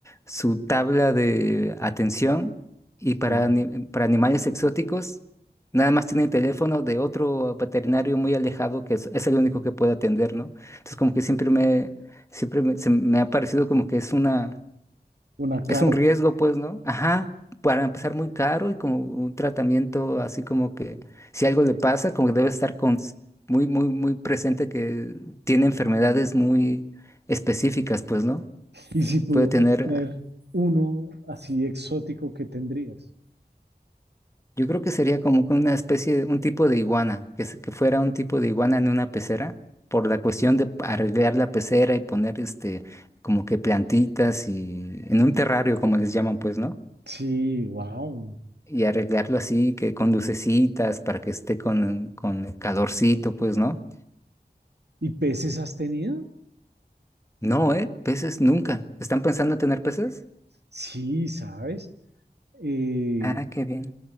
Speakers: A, on the left; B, on the right.
A: su tabla de atención y para,
B: Sí.
A: ani- para animales exóticos nada más tiene el teléfono de otro veterinario muy alejado que es, es el único que puede atender, ¿no? Entonces como que siempre me, siempre me se me ha parecido como que es una
B: Una carpa.
A: es un riesgo, pues, ¿no? Ajá, para empezar muy caro y como un tratamiento así como que si algo le pasa, como que debe estar con, muy, muy, muy presente que tiene enfermedades muy específicas, pues, ¿no?
B: Y si pudieras
A: Puede tener,
B: tener uno así exótico, ¿qué tendrías?
A: yo creo que sería como que una especie, un tipo de iguana, que, se- que fuera un tipo de iguana en una pecera, por la cuestión de arreglar la pecera y poner este, como que plantitas y en un terrario, como les llaman, pues, ¿no?
B: Sí, wow.
A: y arreglarlo así, que con lucecitas, para que esté con, con calorcito, pues, ¿no?
B: ¿Y peces has tenido?
A: No, ¿eh? Peces nunca. ¿Están pensando en tener peces?
B: Sí, sabes. Eh,
A: Ah, qué bien.